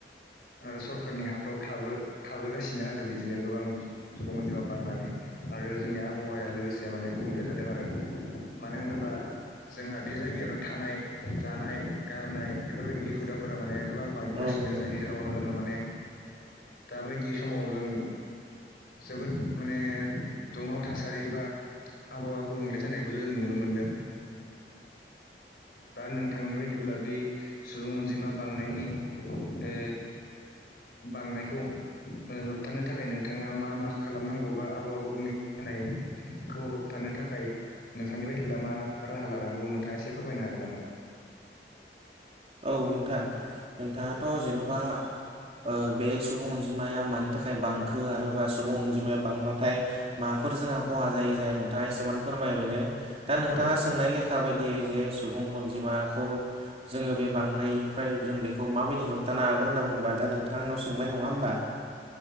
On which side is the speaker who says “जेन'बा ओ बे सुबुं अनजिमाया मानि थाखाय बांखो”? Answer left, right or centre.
Right